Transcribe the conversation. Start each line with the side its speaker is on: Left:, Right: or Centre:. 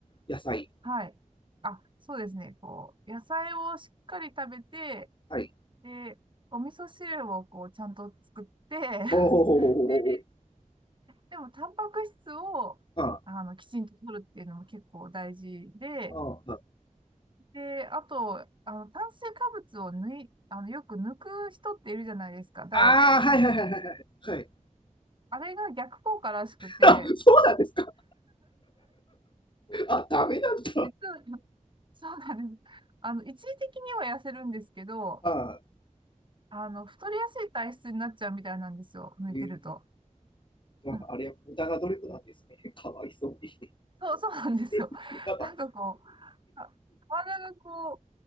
Left: 野菜。
Right: はい。あ、そうですね。こう、野菜をしっかり食べて、
Left: はい。
Right: で、お味噌汁をこう、ちゃんと作って、<laughs>
Left: ほうほうほうほうほうほう。
Right: で、でも、タンパク質を、
Left: あ
Right: あの、きちんと取るっていうのも結構大事で、
Left: あ、
Right: で、あと、あの、炭水化物を抜い、あの、よく抜く人っているじゃないですか、ダイエットをするとき。
Left: ああ、はいはいはいはいはい。はい。
Right: あれが逆効果らしくて、
Left: <laughs> あそうなんですか。あ、ダメなんだ。
Right: 実は、そうなんです。あの、一時的には痩せるんですけど、
Left: あ
Right: あの、太りやすい体質になっちゃうみたいなんですよ。寝てると。
Left: ー、えー、なんかあれは無駄な努力なんですね。
Right: うん
Left: <laughs> かわいそうに。
Right: そう、そうなんですよ。
Left: <laughs> なんか、
Right: なんかこう、あ体がこ